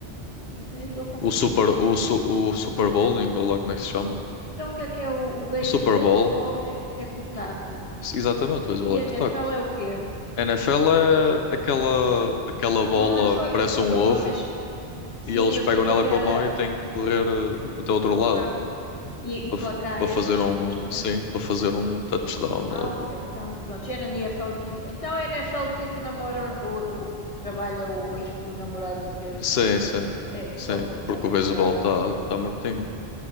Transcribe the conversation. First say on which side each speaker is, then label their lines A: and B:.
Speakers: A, on the left (about 35°); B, on the left (about 75°).
A: Então eu estou a confundir
B: O Super,
A: tudo.
B: o, su- o Super Bowling, ou lá como é que se chama?
A: Então o que é que é o, o, bei-
B: O Super
A: o beisebol
B: Bowl,
A: é, é com o taco.
B: exatamente,
A: E,
B: o beisebol
A: e
B: é
A: a
B: que
A: NFL
B: está.
A: é o quê?
B: NFL é aquela, aquela bola
A: Ah, são,
B: que parece
A: são aqueles
B: um ovo
A: homens, sim,
B: e eles
A: eles
B: pegam
A: têm que
B: nela
A: atirar
B: com a mão
A: a-
B: e têm que correr eh, até o outro
A: o
B: lado
A: campo e, e
B: para
A: placar
B: f- para
A: e
B: fazer
A: essas cenas,
B: um,
A: não
B: sim,
A: é?
B: para fazer um touchdown.
A: Ah,
B: logo.
A: ok. Então, pronto, é na NFL que... Então é a NFL que, que namora o, o- que trabalha o, ex- o namorado da Taylor Swift,
B: Sim, sim,
A: é isso? É isso,
B: sim,
A: ok, está
B: porque
A: bem.
B: o beisebol
A: O Travis,
B: está tá tá mortinho.